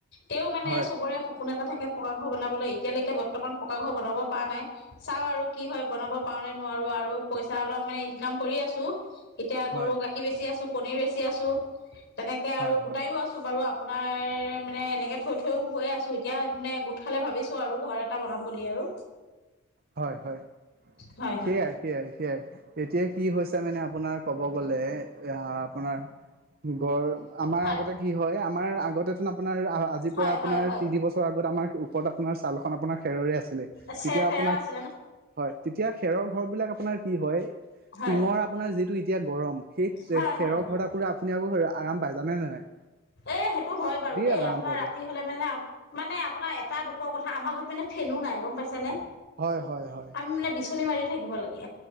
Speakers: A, on the left; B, on the right.
A: তেও মানে
B: হয়
A: চবৰে সপোন এটা থাকে পকা ঘৰ বনাবলৈ এতিয়ালৈকে বৰ্তমান পকা ঘৰ বনাব পৰা নাই। চাও আৰু কি হয় বনাব পাৰো নে নোৱাৰো আৰু পইচা অলপ মানে ইনকাম কৰি আছো। এতিয়া
B: হয়
A: গৰু গাখীৰ বেছি আছো পনিৰ বেচি আছো তেনেকে
B: হয়
A: আৰু
B: হয়
A: গোটাইও আছো। বাৰু আপোনাৰ মানে এনেকে থৈ থৈও গৈ আছো এতিয়া মানে গোট খালে ভাবিছো আৰু ঘৰ এটা বনাম, বুলি আৰু
B: হয় হয়
A: হয় হয়
B: সেইয়াই সেইয়াই সেইয়াই এতিয়া কি হৈছে মানে আপোনাৰ, ক'ব গ'লে এ আপোনাৰ গড় আমাৰ
A: হয়
B: আগতে কি হয় আমাৰ আগতে, আপোনাৰ আজিৰ পৰা
A: হয়
B: আপোনাৰ
A: হয় হয়
B: তিন বছৰ আগত আমাৰ ওপৰত আপোনাৰ চালখন আপোনাৰ খেৰৰে আছিলে।
A: আছে
B: তেতিয়া
A: খেৰ
B: আপোনাৰ
A: আছে,
B: হয় তেতিয়া খেৰৰ ঘৰ বিলাক আপোনাৰ কি হয়
A: হয়
B: টিঙৰ আপোনাৰ যিটো এতিয়া গৰম। সেই
A: হয়
B: খেৰ
A: হয় হয়
B: ঘৰ আপুনি আকৌ আপুনি আৰাম যানে নে নাই।
A: এ সেইটো হয় বাৰু
B: বিৰাট
A: দেই
B: আৰাম
A: আপোনাৰ
B: পোৱা
A: ৰাতি
B: যায়
A: লে মানে মানে আপোনাৰ এটা দুখৰ কথা আমাৰ ঘৰত মানে ফেনো নাই গম পাইছে নে।
B: হয় হয় হয়।
A: আমি মানে বিচনী মাৰি থাকিব লাগে।